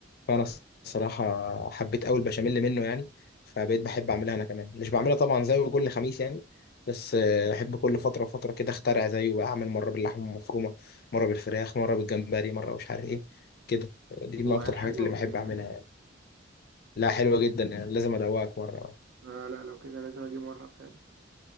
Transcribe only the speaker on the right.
وحلو
ولا إيه
الكلام
آه لا لو كده لازم اجي مره فعلا